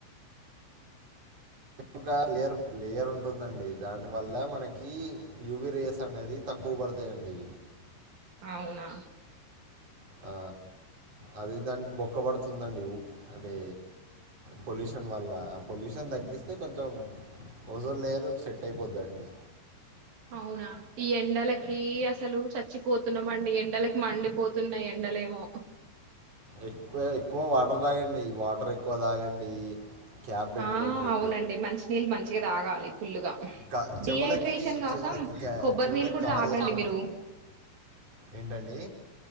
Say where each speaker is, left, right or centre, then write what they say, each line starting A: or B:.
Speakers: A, on the right; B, on the right.
A: అంటే ఒక లేయర్ లేయర్ ఉంటుందండి దాని వల్ల మన్ కి యువి రే స్ అనేది తక్కువ పడతాయండి
B: అవునా
A: ఆ అదే దానికి బొక్క పడుతుందండి అంటే పొల్యూషన్ వల్ల పొల్యూషన్ తగ్గిస్తే కొంచెం ఓజోన్ లేయర్ సెట్ అయిపోద్దండి
B: అవునా ఈ ఎండలకి అసలు చచ్చిపోతున్నామండి ఎండలకి మండిపోతున్నాయి ఎండలేమో
A: ఎక్కువ ఎక్కువ వాటర్ తాగండి వాటర్ ఎక్కువ తాగండి క్యాప్ పెట్టుకోండి
B: ఆ అవునండి మంచ్ నీళ్ మంచిగా తాగాలి ఫుల్లుగా
A: క- చెవులకి
B: డిహైడ్రేషన్ కోసం
A: చెవులకి క్యా-
B: కొబ్బరి
A: చెవులకి
B: నీళ్ళు కూడా
A: కవర్
B: తాగండి
A: చేసుకోండి
B: మీరు
A: ఏంటండి